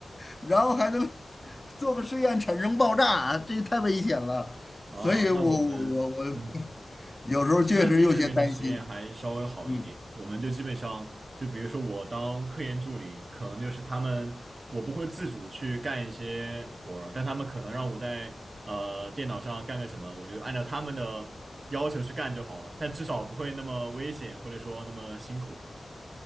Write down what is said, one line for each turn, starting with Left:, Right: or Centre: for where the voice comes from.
Left: 然后还能做个实验产生爆炸，这太危险了，
Right: 哦，
Left: 所以我我我我
Right: 那我们嗯。
Left: <laughs> 有时候确实有些担心，
Right: 计算机这边的实验还稍微好一点，
Left: 嗯。
Right: 我们就基本上就比如说我当科研助理，可能就是他们我不会自主去干一些活儿，但他们可能让我在呃电脑上干个什么，我就按照他们的要求去干就好了，但至少不会那么危险或者说那么辛苦。